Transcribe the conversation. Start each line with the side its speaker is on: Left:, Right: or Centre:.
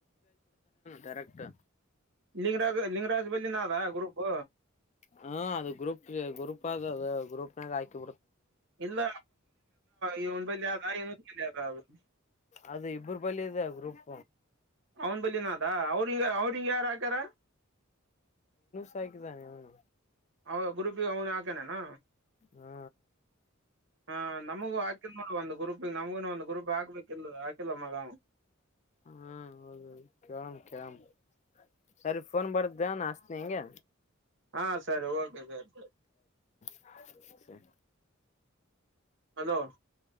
Left: ಕರೆಕ್ಾ
Right: ಲಿಂಗರಾಜ ಲಿಂಗರಾಜ್ ಬಲ್ಲಿ ನಾದ ಗ್ರೂಪ್
Left: ಹ್ಮ ಅದು ಗ್ರೂಪ್ ಗ್ರೂಪ್ ಅದು ಅದು ಗ್ರೂಪ್ನಾಗ ಹಾಕಿಡ್
Right: ಇಲ್ಲ ಈ ಒಂದ ಬ ಆದ ಇ ಆದ ಅವರು
Left: ಅದು ಇಬ್ಬರು ಬಲದೆ ಗ್ರೂಪ್
Right: ಅವ್ನ್ ಬಲಿನಾಾಥ್ ಅಾ ಅವ್ರ ಹಿಂಗ ಅವ್ರಿಂಗ ಯಾರು ಹಕಾರ
Left: ಕಕ್ಕೆ ಜಾನ
Right: ಅವ ಗ್ರೂಪಿಗೆ ಅವನು ಹಾಕನನಾ
Left: ಹಾ
Right: ಹ ನಮಗೂ ಹಾಕಿದ ನೋಡ ಒಂದು ಗ್ರೂಪ್ ನಮ ಇೊ ಒಂದು ಗುರುಬ ಹಾಬೇಕ ಇಲ್ ಹಾಕಿಲ್ಲ ಮಗ
Left: ಹ್ಮ ಹೌದು ಕೇಳಂ ಕಳಂ ಸರಿ ಫೋನ್ ಬರ್್ದ ನ ಅಸ್ನ ಹೆಿಂಗೆ
Right: ಹಾ ಸರಿ ಓಕೆ ಸರಿ
Left: ಸ ಸರಿ
Right: ಅಲೋ